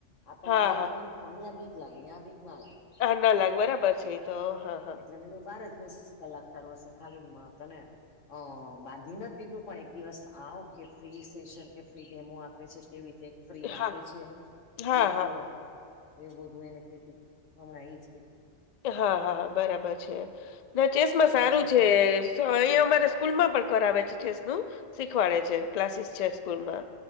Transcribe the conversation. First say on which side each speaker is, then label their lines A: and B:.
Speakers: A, on the left; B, on the left.
A: આપન
B: હા,
A: મને
B: હા.
A: તો અમુક અહિયા બીક લાગે અંયા બીક ના લાગે.
B: હા ના લગ બરાબર છે એ તો હા. હા.
A: એટલે મેં બાર જ બેસ લાગતાર હશે ખાલી તોને. અ બાંધી નથી દીધું પણ એક દિવસ આવ કે ફ્રી સેશન કે ફ્રી ડેમો આપે છે કેવી રીતે ફ્રી
B: હા,
A: આપે છે,
B: હા,
A: એક
B: હા.
A: એવું બધું એને કેતી હમણા એજ કેતી.
B: હા હા બરાબર છે, ને ચેસમાં સારું
A: હજી
B: છે. અહીંયા અમારે સ્કૂલમાં પણ કરાવે છે ચેસનું, શીખવાડે છે ક્લાસીસ છે સ્કૂલમાં.